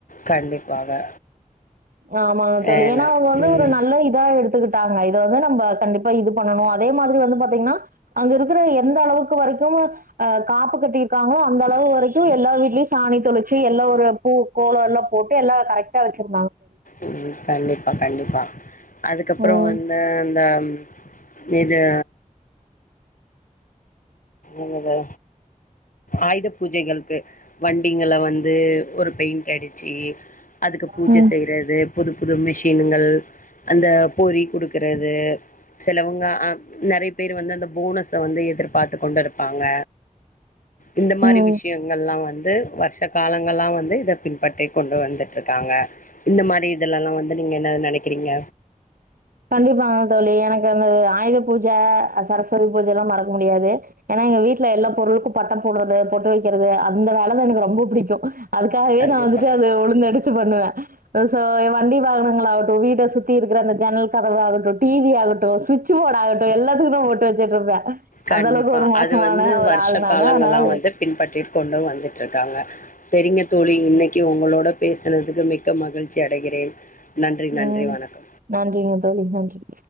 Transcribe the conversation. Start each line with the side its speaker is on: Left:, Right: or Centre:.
Left: கண்டிப்பாக
Right: ஆமாங்க தோழி
Left: ஏன
Right: ஏன்னா அவங்க வந்து
Left: ம்
Right: ஒரு நல்ல இதா எடுத்துக்கி ட்டாங்க இத வந்து நம்ப கண்டிப்பா இது பண்ணணு அதே மாதிரி வந்து பாத்தீங்கன்னா அங்க இருக்கிற எந்த அளவுக்கு வரைக்குமு ஆ காப்பு கட்டிருக்காங்களோ அந்த அளவு வரைக்கு எல்லா வீட்லயு சாணி தொளிச்சு எல்லா ஒரு பூ கோலம் எல்லா போட்டு எல்லா கரெக்டா வச்சிரு
Left: உம் கண்டிப்பா கண்டிப்பா அதுக்கப்புறோ
Right: ம்
Left: வந்து அந்த ம் இது என்னது ஆயுத பூஜைகள் க்கு வண்டிங்கள வந்து ஒரு பெயிண்ட் அடி ச்சு அதுக்கு பூஜை
Right: ம்
Left: செய்றது புது புது மிஷின்கள் அந்த பொரி குடுக்குறது சிலவங்க ஆ நெறைய பேர் வந்து அந்த போனஸ வந்து எதிர் பாத்துக்கொண்டு இருப்பாங்க இந்த மாரி
Right: ம்
Left: விஷயங்கள்லா வந் து வருஷ காலங்களா வந்து இத பின்பற்றிக்கொண்டு வந்துட்ருக்காங்க இந்த மாரி இதுலல்லா வந்து நீங்க என்னது நெனைக்கிறீங்க
Right: கண்டிப்பாங்க தோழி எனக்கு அந்த ஆயுத பூஜ அ சரஸ்வதி பூஜ எல்லா மறக்க முடியாது ஏன்னா எங்க வீட்ல எல்லா பொருளுக்கு பட்டை போடுறது பொட்டு வைக்கிறது அந்த வேலைதா எனக்கு ரொம்ப புடிக்கு அதுக்காகவே
Left: கண்டிப்பா
Right: நா வந்துட்டு அத உழுந்தடிச்சு பண்ணுவே அ சோ ஏன் வண்டி வாகனங்களாகட்டு வீட்ட சுத்தி இருக்கிற அந்த ஜன்னல் கதவாகட்டு டிவி ஆகட்டு சுவிட்சு போர்டு ஆகட்டு எல்லாத்துக்கு நா பொட்டு வச்சுட்டு இருப்பே
Left: கண்டிப்பா
Right: அந்த அளவுக்கு ஒரு மோசமான
Left: அது வந்து
Right: ஒரு
Left: வருஷ
Right: ஆள் நானு
Left: காலங்களா
Right: அதனால
Left: வந்து பின்பற்றிக் கொண்டு வந் துட்ருக்காங்க செரிங்க தோழி இன்னைக்கி உங்களோட பேசினதுக்கு மிக்க மகிழ்ச்சி அடைகிறேன் நன்றி நன்றி
Right: உம்
Left: வணக்கம்
Right: நன்றிங்க தோழி நன்றி